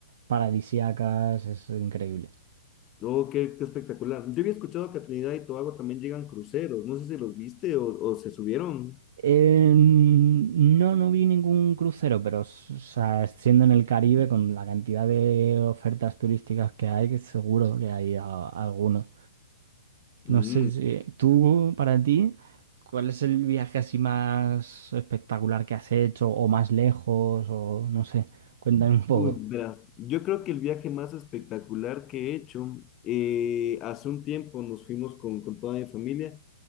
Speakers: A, on the right; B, on the left.
A: paradisíacas, es increíble.
B: Oh, qué, qué espectacular. Yo había escuchado que a Trinidad y Tobago también llegan cruceros. No sé si los viste o, o se subieron.
A: Eh, no, no vi ningún crucero, pero s- o sea, siendo en el Caribe, con la cantidad de ofertas turísticas que hay, que seguro que hay a- alguno. No
B: Mm,
A: sé si tú, para ti, ¿cuál es el viaje así más espectacular que has hecho o más lejos o no sé? Cuéntame un poco.
B: Uy, verás, yo creo que el viaje más espectacular que he hecho, eh, hace un tiempo nos fuimos con, con toda mi familia